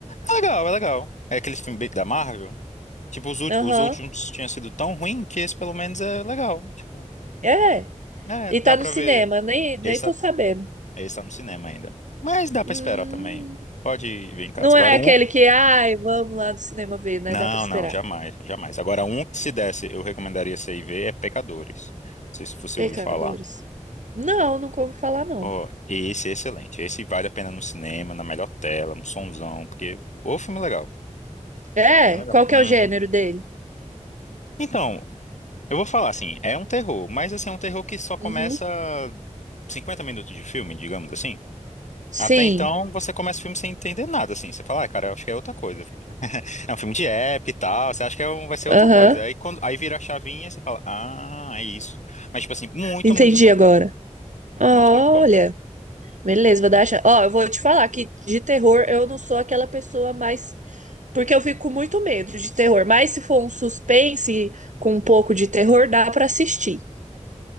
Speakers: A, on the left; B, on the right.
A: É legal, é legal. É aquele filme bem da Marvel. Tipo, os, ulti-
B: Aham.
A: os últimos tinham sido tão ruim que esse pelo menos é legal. Tipo,
B: É.
A: é,
B: E
A: dá
B: tá
A: pra
B: no cinema,
A: ver.
B: nem, nem
A: Esse
B: tô
A: tá,
B: sabendo.
A: esse tá no cinema ainda. Mas dá pra
B: Hum,
A: esperar também. Pode ver em casa.
B: não é
A: Agora, um.
B: aquele que, ai, vamos lá no cinema ver, né?
A: Não,
B: Dá pra esperar.
A: não, jamais, jamais. Agora, um que se desse, eu recomendaria você ir ver é Pecadores. Não sei se você
B: Pecadores?
A: ouviu falar.
B: Não, nunca ouvi falar, não.
A: Ó, esse é excelente. Esse vale a pena no cinema, na melhor tela, um sonzão, porque o filme é legal.
B: É?
A: Filme é legal.
B: Qual que
A: Uhum.
B: é o gênero dele?
A: Então, eu vou falar assim, é um terror, mas assim, é um terror que só começa
B: Uhum.
A: 50 minutos de filme, digamos assim.
B: Sim.
A: Até então, você começa o filme sem entender nada, assim. Você fala, ah, cara, eu acho que é outra coisa. É um filme de época e tal, você acha que é um- vai ser
B: Aham.
A: outra coisa. Aí, quando, aí vira a chavinha, você fala, ah, é isso. Mas, tipo assim, muito,
B: Entendi
A: muito bom.
B: agora. Olha.
A: Muito, muito bom.
B: Beleza, vou dar a chance. Ó, eu vou te falar que de terror eu não sou aquela pessoa mais. Porque eu fico com muito medo de terror. Mas se for um suspense com um pouco de terror, dá pra assistir.